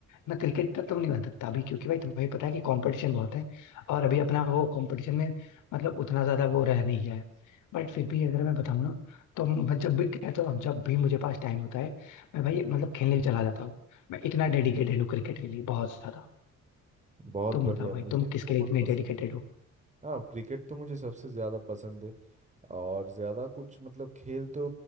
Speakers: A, on the left; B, on the right.
A: मैं क्रिकेटर तो नहीं बन सकता अभी क्योंकि भाई तुम्हें पता है कि कंपटीशन बहुत है और अभी अपना वो कंपटीशन में मतलब उतना ज्यादा वो रह नहीं गया है बट फिर भी अगर मैं बताऊँ ना तो मैं जब भी कहता हूँ जब भी मुझे पास टाइम होता है मैं भाई मतलब खेलने चला जाता हूँ मैं इतना डेडिकेटेड हूँ क्रिकेट के लिए बहुत ज्यादा
B: बहुत
A: तुम
B: बढ़िया
A: बताओ भाई
B: मुझे
A: तुम
B: भी
A: किसके
B: बहुत
A: लिए इतने
B: पसंद
A: डेडिकेटेड
B: है
A: हो
B: हाँ क्रिकेट तो मुझे सबसे ज़्यादा पसंद है और ज़्यादा कुछ मतलब खेल तो